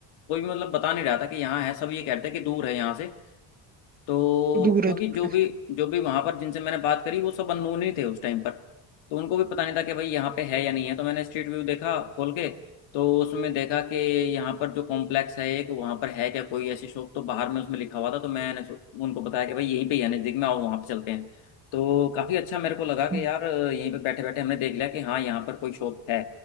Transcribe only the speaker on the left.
कोई भी मतलब बता नहीं रहा था कि यहाँ है सब ये कहते हैं कि दूर है यहाँ से तो
क्योंकि
जो भी जो भी वहां पर जिनसे मैंने बात करी वो सब अननोन ही थे उस टाइम पर तो उनको भी पता नहीं था कि भाई यहाँ पे है या नहीं है तो मैंने स्ट्रीट व्यू देखा खोल के तो उसमें देखा कि यहाँ पर जो कॉम्प्लेक्स है एक वहाँ पर है क्या कोई ऐसी शॉप तो बाहर में उसमें लिखा हुआ था तो मैंने सो- उनको बताया कि भाई यहीं पे ही है नजदीक में आओ वहाँ पे चलते हैं तो काफी अच्छा मेरे को लगा कि
यार यहीं पे बैठे बैठे हमने देख लिया कि हाँ यहाँ पर कोई शॉप है